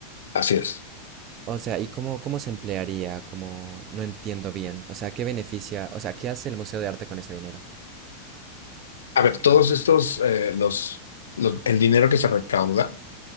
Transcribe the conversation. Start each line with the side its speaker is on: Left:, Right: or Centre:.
Left: Así es.
Right: O sea, ¿y cómo, cómo se emplearía? Como no entiendo bien. O sea, ¿qué beneficia? O sea, ¿qué hace el Museo de Arte con ese dinero?
Left: A ver, todos estos, eh, los, los- el dinero que se recauda